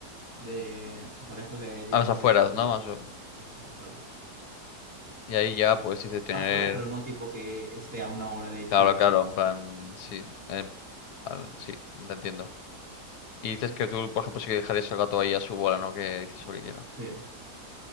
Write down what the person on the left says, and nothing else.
A las afueras,
¿no? Más o-
Y ahí ya, pues, dices tener...
Claro,
claro,
en plan... Sí, em, al- sí, te entiendo. Y dices
que tú, por ejemplo, sí que dejarías el gato ahí a su bola, ¿no? Que dices lo que quiera.